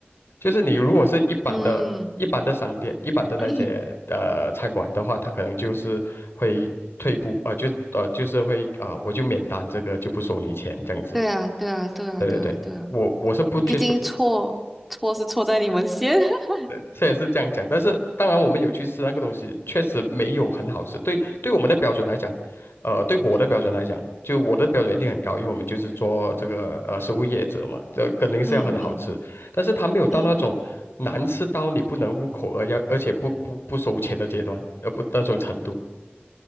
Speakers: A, on the left; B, in the centre.
A: 就是你如果是一般的、
B: 嗯，
A: 一般的商店、一般的那些呃餐馆的话，
B: <clears throat>
A: 他可能就是会退步啊、呃就呃就是会啊、呃我就免单，这个就不收你钱这样子。
B: 对啊，对啊，对啊，
A: 对对对，
B: 对啊，对啊，
A: 我我是不接受，
B: 因为毕竟错错是错在你们先。<laughs>
A: 呃，虽然是这样讲，但是当然我们有去吃那个东西，确实没有很好吃。对，对我们的标准来讲，呃，对我的标准来讲，就我的标准一定很高，因为我们就是做这个呃食物业者嘛，这肯定是要很好吃。
B: 嗯嗯
A: 但是他没有到那种难吃到你不能入口而要，
B: 嗯
A: 而且不不不收钱的阶段，呃不那种程度，